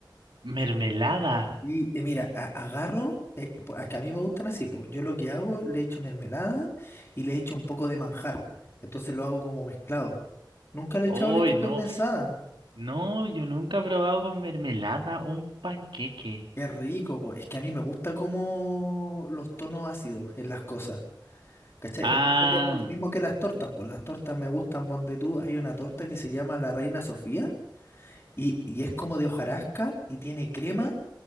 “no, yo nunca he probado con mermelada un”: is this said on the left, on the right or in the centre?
Right